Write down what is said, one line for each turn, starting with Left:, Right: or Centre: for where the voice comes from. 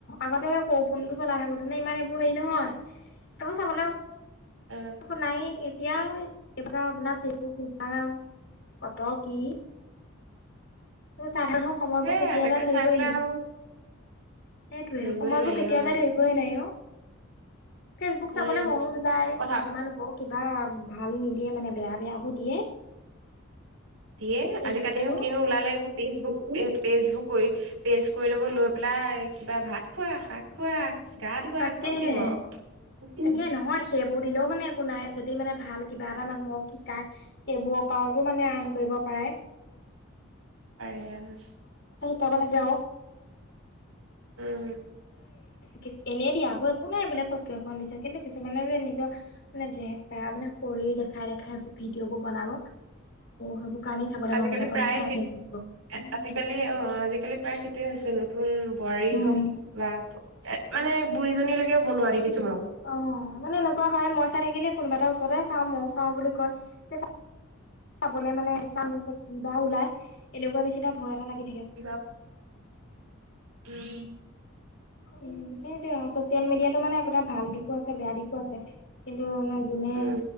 Left: আগতে সৰু ফোনটো চলাই থাকোতে নে ইমান এইবোৰ হেৰি নহয় তকো চাবলৈ
Right: অ
Left: একো নাইয়ে এট এতিয়াও এইবিলাক আপোনাৰ ফেচবুক, ইনষ্টাগ্ৰাম ক'ত কি সাধাৰণৰ সময়বোৰ
Right: সেইয়া
Left: কেতিয়া
Right: তাকে
Left: যাই ধৰিবই
Right: চাই পেলাই
Left: নোৱাৰি।
Right: আৰু
Left: সেইটোয়ে
Right: ধৰিবই
Left: সময়বোৰ
Right: নোৱাৰি
Left: কেতিয়া
Right: অ
Left: যাই ধৰিবই নোৱাৰি অ,। ফেচবুক চাবলৈ
Right: উম
Left: মনো নাযায়
Right: কথা
Left: কিছুমান বহুত কিবা ভাল নিদিয়ে মানে বেয়া-বেয়া বোৰ দিয়ে।
Right: দিয়ে,
Left: ফেচবুকটো
Right: আজিকালিনো কিনো ওলালে এইবোৰ পেষ্টবোৰ-পেষ্টবোৰ কৰি পেষ্ট কৰি ল'ব লৈ পেলাই কিবা ভাত খোৱা, শাক খোৱা। গা ধোৱা
Left: তাকেহে
Right: চব দিব আৰু।
Left: তাকে নহয় সেইবোৰ দিলেও মানে একো নাই যদি মানে ভাল কিবা এটা মানুহক শিকাই সেইবোৰৰপাৰতো মানে আম কৰিব পাৰে। <unintelligible>
Right: আৰেলছ <unintelligible>
Left: যাব লাগে অউ।
Right: উম
Left: কি এনেই দিয় বৌ একো নাই বোলে ফটো এখন দিছে কিন্তু কিছুমানে যে নিজৰ ড্ৰেছ এটা মানে সৰু দেখাই-দেখাই ভিডিঅ' বোৰ বনাব, সেইবোৰ কাৰণেই চাবলৈ
Right: আজিকালি
Left: মন নাযায় গম
Right: প্ৰায়ে
Left: পাইছা নাই
Right: খেতি
Left: ফেচবুকটো
Right: আজিকালি অ', আজিকালি প্ৰায় সেইটোয়ে হৈছে নতুন বোৱাৰী
Left: উম
Right: হওক বা এ মানে বুঢ়ীজনীলৈকেও বনোৱাৰ দেখিছো মই।
Left: অ', মানে এনেকুৱা হয় মই চাই থাকিলে কোনোবা এটা ওচৰতে চাওঁ, ময়ও চাওঁ বুলি কয় তে চাবলে মানে চাম যে কিবা ওলাই এনেকুৱা বেছিটা ভয় এটা লাগে
Right: কিবা, উম
Left: উম', সেইটোয়ে আউ। চচিয়েল মিডিয়াতো মানে আপোনাৰ ভাল দিশো আছে বেয়া দিশো আছে কিন্ত টো নে যোনে
Right: উম